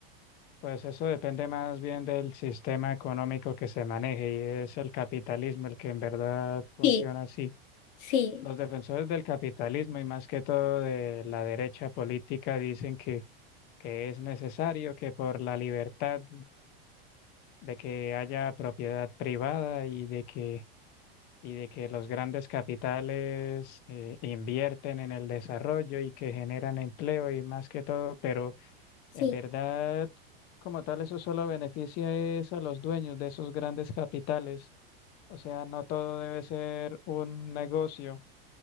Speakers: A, on the left; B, on the left.
A: pues eso depende más bien del sistema económico que se maneje y es el capitalismo el que en verdad funciona
B: Sí,
A: así.
B: sí,
A: Los defensores del capitalismo y más que todo de la derecha política dicen que, que es necesario que por la libertad de que haya propiedad privada y de que, y de que los grandes capitales eh, invierten en el desarrollo y que generan empleo y más que todo, pero
B: sí,
A: en verdad, como tal, eso solo beneficia es a los dueños de esos grandes capitales. O sea, no todo debe ser un negocio,